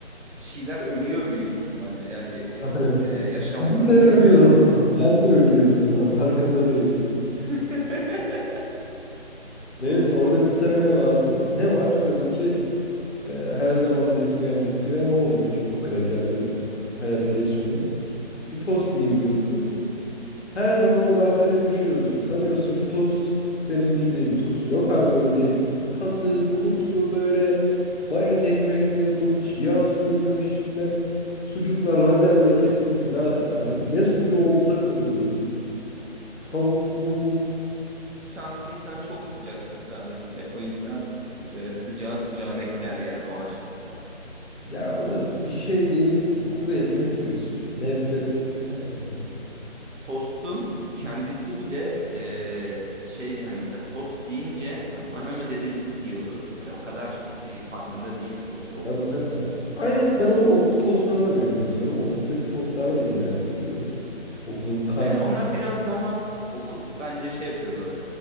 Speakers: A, on the right; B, on the left.
A: şeyler ölüyor büyük ihtimalle. Yani ya- ya-
B: <laughs>
A: e, yaşam
B: Sen
A: kalım
B: de ölüyorsun.
A: mücadelesi var orada.
B: Sen de ölüyorsun. <laughs> Farkında değilsin.
A: <laughs>
B: Neyse orada bir stamina lazım. Ne var? Tabii ki E, her zaman biskrem biskrem olmuyor. Çubuk krakerle hayat geçmiyor. Bir tost yiyeyim diyorsun. Her zaman o gaflete düşüyorsun. Sanıyorsun ki tost senin bildiğin tost. Yok abi öyle değil. Katı, kutu böyle bayat ekmekle yapılmış, yağ sürülmemiş içinde sucuklar lazerle kesilmiş. Daha hani ne sucuğu oldu da böyle değil. Tavuk mu?
A: Şanslıysan çok sıcaktır sadece. O yüzden e, sıcağı sıcağına gider yani o açlıkta.
B: Ya o da bir şey değildi ki. Kuru ekmek yiyorsun. Şimdi. Nefret.
A: E,
B: Hiç sevmem.
A: tostun kendisi bile e, şeydi hani mesela tost deyince "Ya bana mı dedin diyordu. Hani o kadar bir farkında değildi tost olduğunu.
B: Tabii, tabii. Aynısı ben onu okul tostuna da benzetiyorum. Okuldaki tostlar da iğrenç oluyor. Okulun kant
A: Evet, onlar biraz daha okul bence şey yapıyordu.